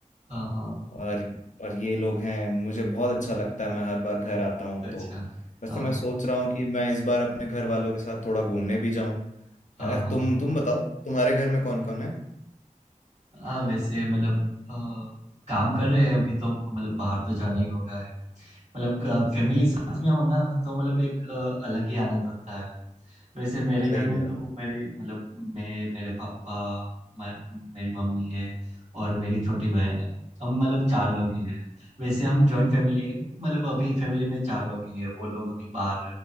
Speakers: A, on the right; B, on the left.
A: हाँ हाँ
B: और और ये लोग हैं मुझे बहुत अच्छा लगता है मैं हर बार घर आता हूँ
A: अच्छा
B: तो वैसे
A: हाँ
B: मैं
A: हाँ
B: सोच रहा हूँ कि मैं इस बार अपने घर वालों के साथ थोड़ा घूमने भी जाऊं
A: हाँ
B: यार
A: हाँ
B: तुम तुम बताओ तुम्हारे घर में कौन कौन है
A: हाँ, वैसे मतलब अ, काम कर रहे हैं अभी तो मतलब बाहर तो जाना ही होगा है मतलब फैमिली साथ में हो ना तो मतलब एक अ, अलग ही आनंद होता है वैसे मेरे घर
B: सही
A: में
B: बात
A: तो मेरी मतलब मैं मेरे पापा म- मेरी मम्मी है और मेरी छोटी बहन है हम मतलब चार लोग ही है वैसे हम जॉइंट फैमिली है मतलब अभी फैमिली में चार लोग ही है वो लोग अभी बाहर